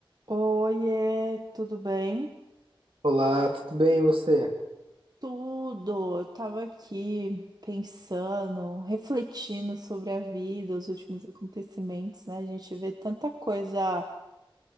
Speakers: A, on the right; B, on the right.
A: Oiê, tudo bem?
B: Olá, tudo bem e você?
A: Tudo. Eu tava aqui pensando, refletindo sobre a vida, os últimos acontecimentos, né? A gente vê tanta coisa,